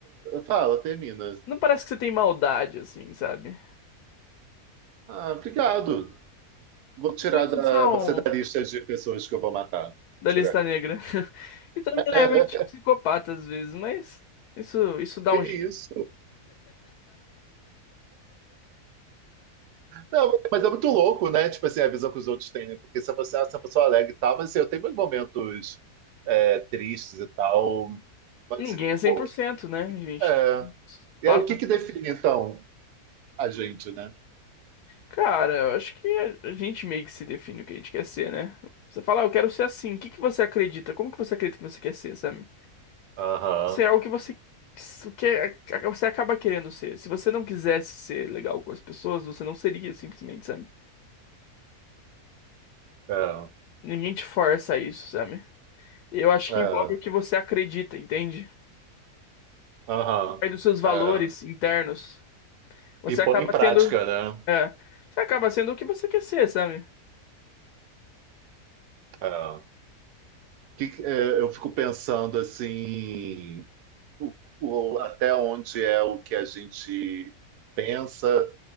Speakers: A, on the right; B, on the left.
A: Fala, termina.
B: Não parece que você tem maldade, assim, sabe?
A: Ah, obrigado. Vou tirar
B: Vocês
A: da,
B: são
A: você da lista de pessoas que eu vou matar.
B: da
A: Tirar
B: lista
A: aqui.
B: negra. <laughs> E também
A: <laughs>
B: levemente psicopata às vezes, mas isso, isso dá
A: Que
B: um
A: isso? Não, mas é muito louco, né? Tipo assim, a visão que os outros têm, né? Porque se você é uma pessoa alegre e tal, mas assim, eu tenho meus momentos é, tristes e tal. Mas,
B: Ninguém
A: assim,
B: é cem
A: qual
B: por
A: que-
B: cento, né? A gente
A: é. E
B: passa.
A: aí, o que que define, então, a gente, né?
B: Cara, eu acho que a gente meio que se define o que a gente quer ser, né? Você fala, ah, eu quero ser assim. O que que você acredita? Como que você acredita que você quer ser, sabe?
A: Aham,
B: Se é o que você o que você acaba querendo ser. Se você não quisesse ser legal com as pessoas, você não seria, simplesmente, sabe?
A: é,
B: Ninguém te força a isso, sabe? Eu acho
A: é,
B: que envolve o que você acredita, entende?
A: aham,
B: Aí dos seus valores
A: é.
B: internos, você
A: E põe
B: acaba
A: em prática,
B: sendo,
A: né?
B: é, você acaba sendo o que você quer ser, sabe?
A: É. Que, que- é, eu fico pensando, assim, o- o- até onde é o que a gente pensa,